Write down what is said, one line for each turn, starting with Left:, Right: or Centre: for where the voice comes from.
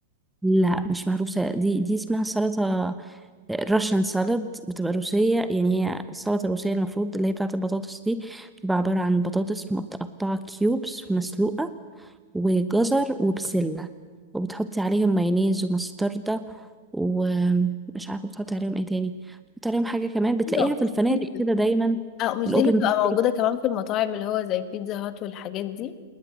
Centre: لا مش مهروسه دي دي اسمها سلطه راشن سالاد بتبقى روسيه يعني هي السلطه الروسيه المفروض اللي هي بتاعه البطاطس دي بتبقى عباره عن بطاطس متقطعه كيوبس مسلوقه وجزر وبسلة وبتحطي عليهم مايونيز ومستردة ومش عارفة بتحطي عليهم ايه تاني بتحطي عليهم حاجة كمان بتلاقيها
Left: ايوه
Centre: في
Left: مش
Centre: الفنادق
Left: دي اللي-
Centre: كده دايما
Left: اه مش
Centre: في الأوبن
Left: دي اللي بتبقى
Centre: بوفيه.
Left: موجودة كمان في المطاعم اللي هو زي بيتزا هات والحاجات دي